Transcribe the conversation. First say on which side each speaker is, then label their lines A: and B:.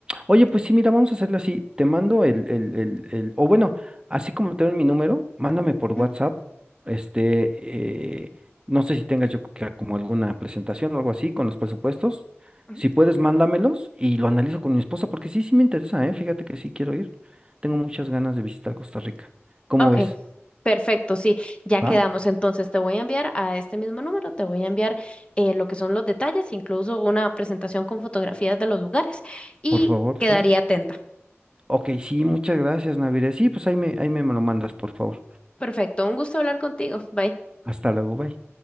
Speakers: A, on the right; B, on the left.
A: Oye, pues sí, mira, vamos a hacerlo así. Te mando el, el, el, el- o bueno, así como tengo mi número, mándame por WhatsApp.
B: Ujú,
A: Este, eh, no sé si tengas yo que- como alguna presentación o algo así con los presupuestos.
B: ujú.
A: Si puedes, mándamelos y lo analizo con mi esposa, porque sí, sí me interesa, ¿eh? Fíjate que sí quiero ir. Tengo muchas ganas de visitar Costa Rica. ¿Cómo
B: Ok.
A: ves?
B: Perfecto, sí, ya quedamos.
A: ¿Va?
B: Entonces te voy a enviar a este mismo número, te voy a enviar eh, lo que son los detalles, incluso una presentación con fotografías de los lugares y
A: Por favor,
B: quedaría
A: sí.
B: atenta.
A: Ok, sí, muchas gracias, Navire. Sí, pues ahí me, ahí me lo mandas, por favor.
B: Perfecto, un gusto hablar contigo. Bye.
A: Hasta luego, bye.